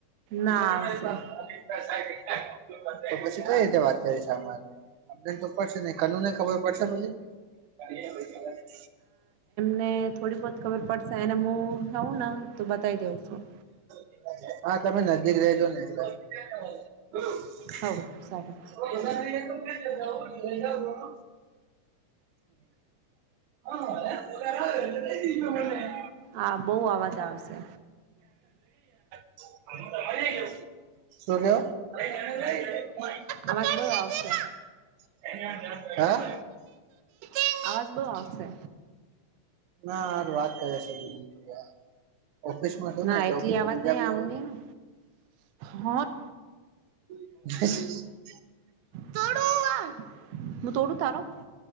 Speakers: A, on the right; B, on the right.
A: ના
B: <unintelligible>
A: આવશે
B: તો પછી કઈ રીતે વાત કરીશ આમા? નઈ તો પડશે નઈ કનુને ખબર પડશે પછી? <unintelligible>
A: ને થોડી બોત ખબર પડશે એને મું જાઉંના તો બતાઈ દઉં શું.
B: <inaudible> હા! તમે નજીક રેજો ને <unintelligible>
A: હવ સારું
B: <unintelligible> <unintelligible> હા! એમ, <unintelligible>
A: આ બઉ અવાજ આવશે.
B: <unintelligible> શું કેવ? <unintelligible>
A: અવાજ બઉ આવશે.
B: <unintelligible> હા?
A: <unintelligible> આવાજ બો આવશે.
B: નાર વાત કરે છે <unintelligible> ઓફિસ માં છું ને,
A: ના
B: એટલે
A: એટલી
B: ઓફિસમાં
A: અવાજ
B: બીજા
A: નહી
B: બી
A: આવની
B: હોય <inaudible>
A: ને. હોટ
B: <unintelligible>
A: તોડું હુંઅ, હું તોડું તારો?